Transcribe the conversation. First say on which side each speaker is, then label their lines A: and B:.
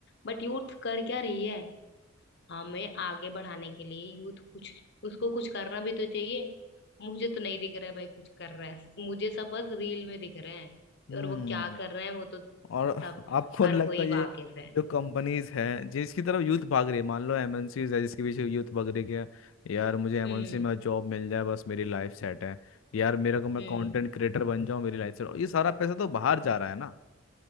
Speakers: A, on the left (about 55°); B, on the left (about 70°).
A: बट यूथ कर क्या रही है हमें आगे बढ़ाने के लिए यूथ कुछ उसको कुछ करना भी तो चाहिए मुझे तो नहीं दिख रहा है भाई कुछ कर रहा है मुझे सब बस रील में दिख रहे हैं
B: हम्म
A: और वो क्या कर रहे हैं वो तो
B: और आपको
A: सब हर
B: नहीं लगता
A: कोई
B: ये
A: वाकिफ है
B: जो कंपनीज हैं जिसकी तरफ यूथ भाग रही है मान लो एमएनसीज है जिसके पीछे यूथ भाग रही है कि यार मुझे एमएनसी
A: हम्म
B: में जॉब मिल जाए बस मेरी लाइफ सेट है यार मेरे को मैं
A: हम्म
B: कंटेंट क्रिएटर बन जाऊं मेरी लाइफ सेट ये सारा पैसा तो बाहर जा रहा है ना